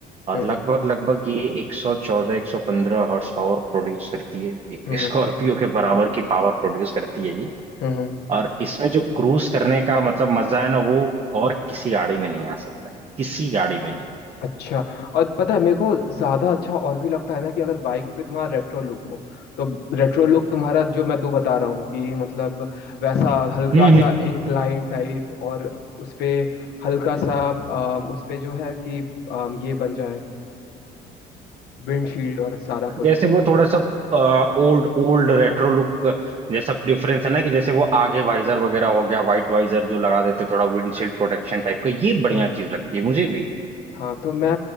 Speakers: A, on the right; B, on the left.
A: और
B: हम्म
A: लगभग लगभग ये 114 115 हॉर्स पावर प्रोड्यूस करती है एक
B: हम्म
A: स्कॉर्पियो के बराबर की पावर प्रोड्यूस करती है ये
B: हम्म हम्म,
A: और इसमें जो क्रूज करने का मतलब मजा है ना वो और किसी गाड़ी में नहीं आ सकता है किसी गाड़ी में नहीं
B: अच्छा और पता है मेरे को ज्यादा अच्छा और भी लगता है ना कि अगर बाइक पे तुम्हारा रेट्रो लुक हो तो रेट्रो लुक तुम्हारा जो मैं दो बता रहा हूँ कि मतलब वैसा हल्का
A: हम्म
B: सा इंक्लाइन टाइप और उस पे हल्का सा अम, उस पे जो है कि अम, ये बन जाए विंडशील्ड और सारा कुछ
A: जैसे वो थोड़ा सा ओल्ड ओल्ड रेट्रो लुक जैसा डिफरेंस है ना कि जैसे वो आगे वाइजर वगैरह हो गया वाइट वाइजर जो लगा देते थोड़ा विंडशील्ड प्रोटेक्शन टाइप का ये बढ़िया
B: हम्म
A: चीज लगती है मुझे भी
B: हाँ तो मैं